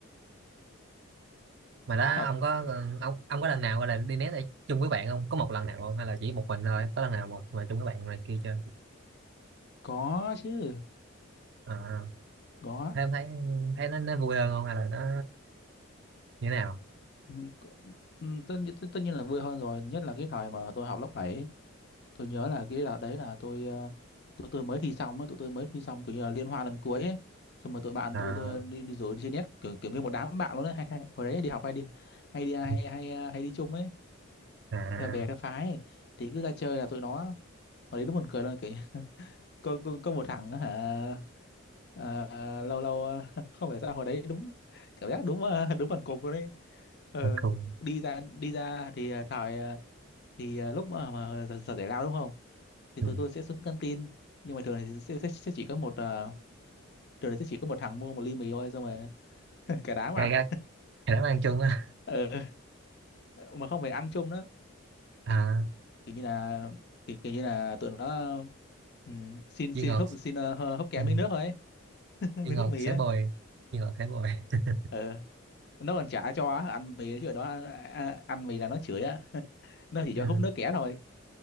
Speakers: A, on the right (about 55°); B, on the left (about 50°).
A: mà đó
B: thật
A: ông có ờ, ông ông có lần nào gọi là đi nét ở chung với bạn không có một lần nào không hay là chỉ một mình thôi có lần nào một mà chung với bạn này kia chưa
B: có chứ
A: à
B: có
A: thế em thấy thấy nó nó vui hơn không hay là nó như thế nào
B: Ừ, c- ừ, tất, nhi- tất, tất nhiên là vui hơn rồi nhất là cái thời mà tôi học lớp bảy tôi nhớ là cái đợt đấy là tôi ờ, tụi tôi mới thi xong ấy tụi tôi mới thi xong kiểu như là liên hoan lần cuối ấy xong rồi tụi bạn
A: à
B: tôi, tôi đi đi rủ đi chơi net kiểu kiểu như một đám bạn luôn đấy hay, hay, hồi đấy đi học hay đi hay đi hay
A: ừ.
B: hay, ờ, hay đi chung ấy
A: à
B: theo bè theo phái ấy. thì cứ ra chơi là tụi nó hồi đấy nó buồn cười luôn kiểu như- <laughs> có có, có một thằng á hả ờ, lâu lâu ờ, <laughs> không phải sao hồi đấy đúng cảm giác đúng ờ, đúng bằng cục luôn đấy ờ
A: mình cùng
B: đi ra đi ra thì ờ, thải ờ, thì ờ, lúc mà, mà giờ, giờ giải lao đúng không thì
A: ừ.
B: tụi tôi sẽ xuống căng tin nhưng mà thường thì sẽ, sẽ, sẽ chỉ có một ờ, thường thì sẽ chỉ có một thằng mua một ly mì thôi xong rồi <laughs> cả đám
A: cái
B: ăn
A: cái cái đó ăn chung á
B: ờ mà không phải ăn chung nữa
A: à
B: kiểu như là kiểu, kiểu như là tụi nó ừm, xin
A: duy
B: xin
A: ngọt
B: húp xin ờ, hơ- húp kém
A: ừ.
B: miếng nước thôi ấy. <laughs>
A: duy
B: miếng
A: ngọt
B: nước mì
A: sẽ
B: á
A: bồi duy ngọt sẽ bồi <laughs>
B: ờ nó còn trả cho á, ăn mì chứ ở đó ăn, ăn ăn mì là nó chửi á <laughs> nó chỉ cho
A: ừ.
B: húp nước kẻ thôi